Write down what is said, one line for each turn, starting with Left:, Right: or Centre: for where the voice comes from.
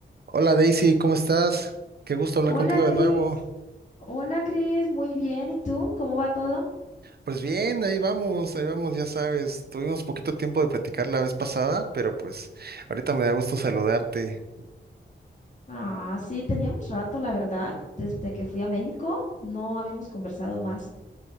Right: Hola Daisy, ¿cómo estás? Qué gusto hablar
Left: Hola,
Right: contigo
Left: Cris.
Right: de nuevo.
Left: Hola, Cris. Muy bien. ¿Y tú? ¿Cómo va todo?
Right: Pues bien, ahí vamos, ahí vamos, ya sabes, tuvimos poquito tiempo de platicar la vez pasada, pero pues ahorita me da gusto saludarte.
Left: Ah, sí, teníamos rato, la verdad. Desde que fui a México, no habíamos conversado más.